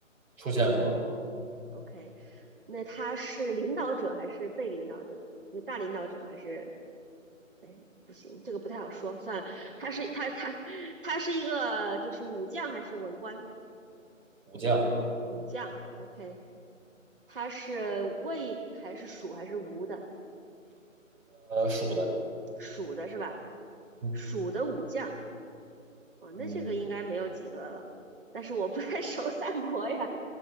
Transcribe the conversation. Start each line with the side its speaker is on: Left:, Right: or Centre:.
Centre: 出现过
Right: ？OK，那他是领导者还是被领导者？那大领导者还是？哎，不行，这个不太好说，算了。他是他他他是一个就是武将还是文官？
Centre: 武将，
Right: 武将，OK。他是魏还是蜀还是吴的？
Centre: 呃，蜀的，
Right: 蜀的是吧？
Centre: 嗯
Right: 蜀的武将啊，哦那这个应该没有几个了。
Centre: 嗯，
Right: 但是我不太 <laughs> 熟三国呀，